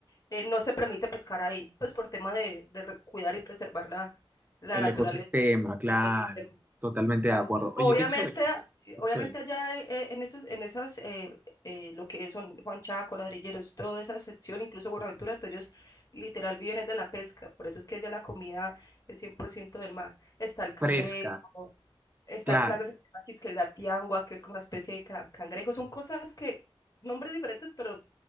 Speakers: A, on the left; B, on the right.
A: eh, no se permite pescar ahí, pues por tema de, de re- cuidar y preservar la, la
B: el
A: naturaleza,
B: ecosistema, claro.
A: el ecosistema.
B: Totalmente
A: Ah,
B: de acuerdo.
A: Obviamente,
B: Oye, qué chévere.
A: a- sí,
B: Qué
A: obviamente
B: chévere.
A: allá eh, eh, en esos, en esas, eh, eh, lo que son Juan Chaco, Ladrilleros, toda esa sección, incluso Buenaventura, todos ellos literal viven es de la pesca, por eso es que allá la comida es 100% del mar. Está el cangrejo,
B: Fresca,
A: está
B: claro.
A: una cosa que se llama quisque la piangua, que es como una especie de ca- cangrejo, son cosas que, nombres diferentes, pero